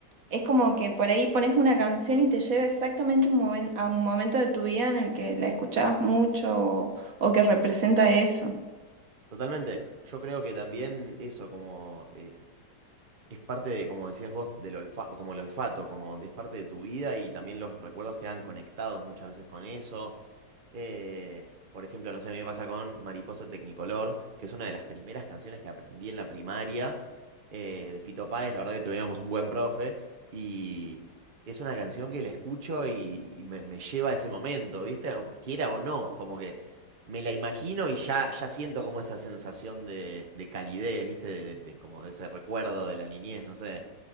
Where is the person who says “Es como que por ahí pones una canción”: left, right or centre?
Right